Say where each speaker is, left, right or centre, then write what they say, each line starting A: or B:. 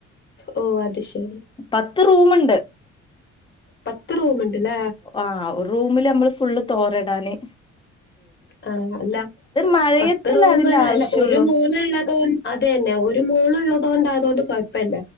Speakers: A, on the left; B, on the left.
A: ഓ അത് ശരി
B: പത്ത് റൂമുണ്ട്
A: പത്ത് റൂം ഉണ്ടല്ലേ
B: ആഹ് റൂമില് നമ്മള് ഫുള്ള് തോറിടാന്
A: ആഹ് അല്ല
B: മഴയത്തല്ല
A: പത്ത് റൂമ്
B: അതിന്റെ ആവശ്യള്ളൂ
A: അല്ല ഒരു മൂന്ന് ഉള്ളതോ അതെ ന്നെ ഒരു മോൾ ഉള്ളത ണ്ട ആയതൊണ്ട് കൊഴപ്പല്ല